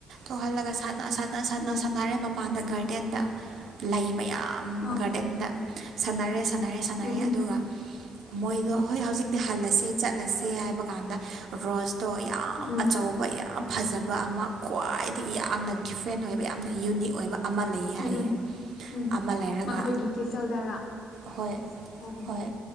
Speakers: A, on the right; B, on the left.
A: ꯇꯧꯍꯜꯂꯒ ꯁꯥꯟꯅ ꯁꯥꯟꯅ
B: ꯎꯝ
A: ꯁꯥꯟꯅꯔꯦ ꯃꯄꯥꯟꯗꯒꯤ ꯒꯥꯔꯗꯦꯟꯗ ꯂꯩ ꯃꯌꯥꯝ
B: ꯑ
A: ꯌꯥꯝꯝ ꯀꯗ ꯁꯥꯟꯅꯔꯦ ꯁꯥꯟꯅꯔꯦ ꯁꯥꯟꯅꯔꯦ
B: ꯎꯝ ꯎꯝ
A: ꯑꯗꯨꯒ ꯃꯣꯏꯒ ꯍꯣꯏ ꯍꯧꯖꯤꯛꯇꯤ ꯍꯜꯂꯁꯤꯦ ꯆꯠꯂꯁꯦ ꯍꯥꯏꯕ ꯀꯥꯟꯗ ꯔꯣꯁꯇꯣ ꯌꯥꯝ
B: ꯎꯝ
A: ꯑꯆꯧꯕ ꯌꯥꯝ ꯐꯖꯕ ꯑꯃ ꯈ꯭ꯋꯥꯏ ꯑꯗꯒꯤ ꯌꯥꯝꯅ ꯗꯤꯐ꯭ꯔꯦꯟ ꯑꯣꯏꯕ ꯌꯥꯝꯅ ꯌꯨꯅꯤꯛ ꯑꯣꯏꯕ ꯑꯃ ꯂꯩꯌꯦ
B: ꯎꯝ
A: ꯍꯥꯏꯌꯦ
B: ꯎꯝ ꯎꯝ
A: ꯑꯃ ꯂꯩꯔꯒ
B: ꯃꯈꯣꯏꯒꯤ ꯀꯤꯆꯜꯗꯔꯥ
A: ꯍꯣꯏ
B: ꯑꯣ ꯎꯝ
A: ꯍꯣꯏ